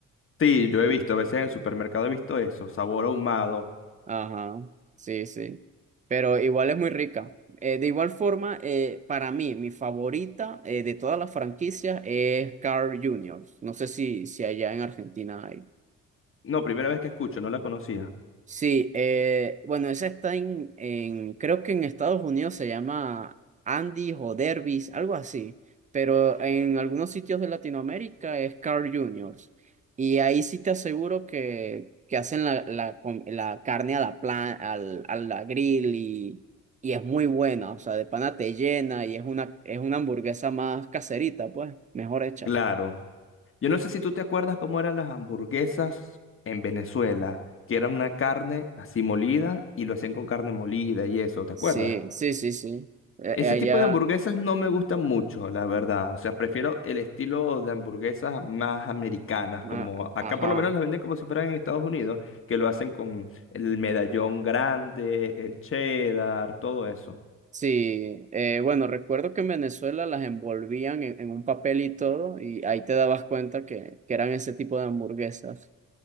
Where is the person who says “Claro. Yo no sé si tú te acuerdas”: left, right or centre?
Left